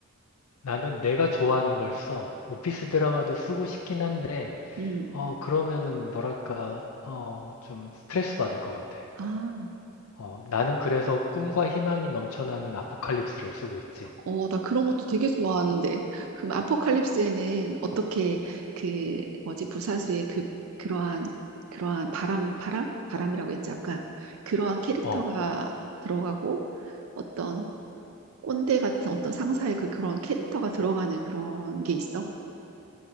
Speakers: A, on the left (about 80°); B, on the right (about 75°).
A: 나는 내가 좋아하는 걸 써. 오피스 드라마도 쓰고 싶긴 한데,
B: 음.
A: 어, 그러면은 뭐랄까, 어, 좀 스트레스 받을 것 같아.
B: 아.
A: 어, 나는 그래서 꿈과 희망이 넘쳐나는 아포칼립스를 쓰고 있지.
B: 어, 나 그런 것도 되게 좋아하는데. 그럼 아포칼립스에는 어떻게 그 뭐지 부사수의 그 그러한 그러한 바람 바람 바람이라고 했지 아까 그러한 캐릭터가
A: 어,
B: 들어가고 어떤 꼰대 같은 어떤 상사의 그 그런 캐릭터가 들어가는 그런 게 있어?